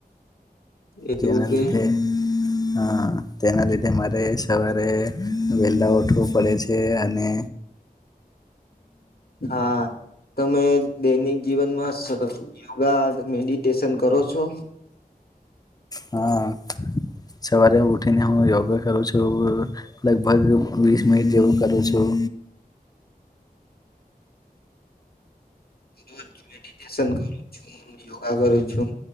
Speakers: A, on the left; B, on the left.
A: એવું
B: જેના
A: કે
B: લીધે હ તેના લીધે મારે સવારે વેલા ‌ઊઠવું પડે છે અને
A: હા તમે દૈનિક જીવનમાં સ યોગા મેડિટેશન કરો છો?
B: હા સવારે ઉઠી ને હું યોગ કરું છું લગભગ વીસ મિનિટ જેવું કરું છું.
A: રજ મેડિટેન કરું છું યોગા કરું છું.